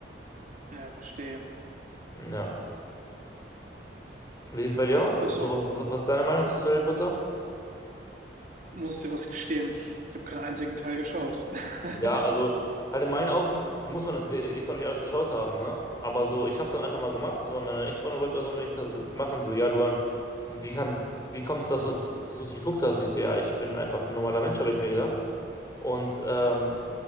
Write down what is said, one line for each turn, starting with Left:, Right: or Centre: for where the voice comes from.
Right: Ja, verstehe.
Left: Ja. Wie sieht's bei dir aus?
Right: Schaust
Left: So,
Right: du auch,
Left: was was ist deine Meinung zu Harry Potter?
Right: musst dir was gestehen. Ich habe keinen einzigen Teil geschaut.
Left: Ja,
Right: <laughs>
Left: also halt in meinen Augen muss man das jetzt echt noch nicht alles geschaut haben, ne? Aber so, ich habe es dann einfach mal gemacht, so, weil meine Ex-Freundin wollte das unbedingt so machen, so, ja, Luan, wie, wie kann, wie kommt es, dass du dass du's geguckt hast? Ich so, ja, ich bin einfach ein normaler Mensch, habe ich mir gedacht. Und ähm,